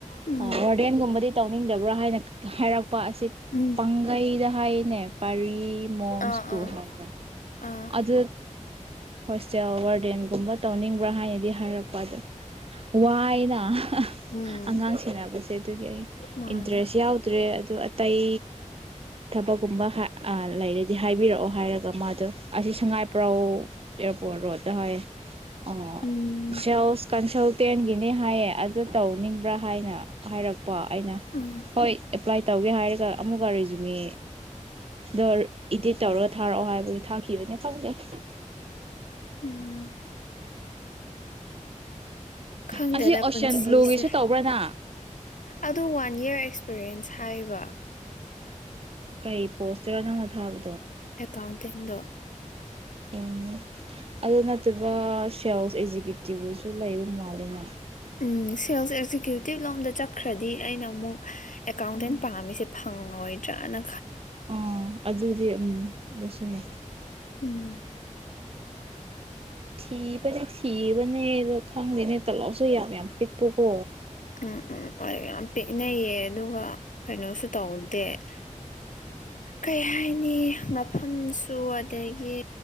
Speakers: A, on the left (about 75°); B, on the right (about 45°).
A: ꯎꯝ
B: ꯑꯥ ꯋꯥꯔꯗꯦꯟꯒꯨꯝꯕꯗꯤ ꯇꯧꯅꯤꯡꯗꯕ꯭ꯔꯥ ꯍꯥꯏꯅ ꯍꯥꯏꯔꯛ ꯄ ꯑꯁꯤ
A: ꯎꯝ
B: ꯄꯥꯡꯒꯩꯗ ꯍꯥꯏꯌꯦꯅꯦ ꯀꯔꯤ ꯃꯣꯝ
A: ꯑꯥ
B: ꯏꯁꯀꯨꯜ
A: ꯑꯥ
B: ꯍꯥꯏꯕ꯭ꯔꯥ
A: ꯑꯥ
B: ꯑꯗꯨ ꯍꯣꯁꯇꯦꯜ ꯋꯥꯔꯗ ꯔꯗꯦꯟꯒꯨꯝꯕ ꯇꯧꯅꯤꯡꯕ꯭ꯔꯥ ꯍꯥꯏꯅꯗꯤ ꯍꯥꯏꯔꯛꯄ ꯑꯗ ꯋꯥꯏꯅ ꯑꯥ
A: ꯎꯝ
B: ꯑꯉꯥꯡ ꯁꯦꯟꯅꯕꯁꯦ ꯑꯗꯨꯒꯤ ꯑꯩ
A: ꯃꯥꯅꯦ
B: ꯏꯟꯇꯔꯦꯁ ꯌꯥꯎꯗ꯭ꯔꯦ ꯑꯗꯨ ꯑꯇꯩ ꯊꯕꯛꯀꯨꯝꯕ ꯍꯥ ꯑꯥ ꯂꯩꯔꯗꯤ ꯍꯥꯏꯕꯤꯔꯛꯑꯣ ꯍꯥꯏꯔꯒ ꯃꯥꯗꯣ ꯑꯁꯤ ꯁꯉꯥꯏꯄ꯭ꯔꯧ ꯑꯦꯌꯥꯔꯄꯣꯔꯠ ꯔꯣꯗ ꯇꯥ ꯍꯥꯏ ꯑꯣ
A: ꯎꯝ
B: ꯁꯦꯜꯁ ꯀꯟꯁꯜꯇꯦꯟꯒꯤꯅꯤ ꯍꯥꯏꯌꯦ ꯑꯗꯨ ꯇꯧꯅꯤꯡꯕ꯭ꯔꯥ ꯍꯥꯏꯅ ꯍꯥꯏꯔꯛꯄ ꯑꯩꯅ
A: ꯎꯝ
B: ꯍꯣꯏ ꯑꯦꯄ꯭ꯂꯥꯏ ꯇꯧꯒꯦ ꯍꯥꯏꯔꯒ ꯑꯃꯨꯛꯀ ꯔꯤꯖꯨꯝꯃꯦ ꯗꯣ ꯏꯗꯤꯠ ꯇꯧꯔꯒ ꯊꯥꯔꯛꯑꯣ ꯍꯥꯏꯕꯒꯤ ꯊꯥꯈꯤꯕꯅꯦ ꯈꯪꯗꯦ
A: ꯎꯝ ꯈꯪꯗꯦꯗ
B: ꯑꯁꯤ ꯑꯣꯁꯤꯌꯥꯟ
A: ꯄꯨꯟꯁꯤꯁꯦ
B: ꯕ꯭ꯂꯨꯒꯤꯁꯨ ꯇꯧꯕ꯭ꯔꯅ
A: ꯑꯗꯣ ꯋꯥꯟ ꯏꯌꯥꯔ ꯑꯦꯛꯁ ꯄꯔꯦꯟꯁ ꯍꯥꯏꯕ
B: ꯀꯩ ꯄꯣꯁꯇꯅꯣ ꯅꯪꯅ ꯊꯥꯕ
A: ꯑꯦꯀꯥꯎꯟꯇꯦꯟꯗꯣ
B: ꯎꯨꯝ ꯑꯗꯨ ꯅ ꯑꯗꯨꯒ ꯁꯦꯜꯁ ꯑꯦꯖꯤꯀꯦꯇꯤꯞ ꯑꯣꯏꯁꯨ ꯂꯩꯕ ꯃꯥꯂꯦꯅ
A: ꯎꯨꯝ ꯁꯦꯜꯁ ꯑꯦꯖꯤ ꯑꯦꯀ꯭ꯌꯨꯇꯤꯕ ꯂꯣꯝꯗ ꯆꯠꯈ꯭ꯔꯗꯤ ꯑꯩꯅ ꯑꯃꯨꯛ ꯑꯦꯀꯥꯎꯟꯇꯦꯟ ꯄꯥꯝꯃꯤꯁꯦ ꯐꯪꯉꯣꯏꯗ꯭ꯔꯥꯅ
B: ꯑꯣ ꯑꯗꯨꯗꯤ ꯎꯝ ꯑꯗꯨꯁꯨꯅꯤ
A: ꯎꯝ
B: ꯊꯤꯕꯅꯦ ꯊꯤꯕꯅꯦ ꯑꯗꯣ ꯈꯪꯗꯦꯅꯦ ꯇꯂꯥꯎꯁꯨ ꯌꯥꯝ ꯌꯥꯝ ꯄꯤꯛꯄꯨꯀꯣ
A: ꯎꯝ ꯎꯝ ꯍ ꯌꯥꯝ ꯄꯤꯛꯅꯩꯌꯦ ꯑꯗꯨꯒ ꯀꯩꯅꯣꯁꯨ ꯇꯧꯗꯦ ꯑ ꯀꯩ ꯍꯥꯏꯅꯤ ꯃꯐꯝꯁꯨ ꯑꯗꯒꯤ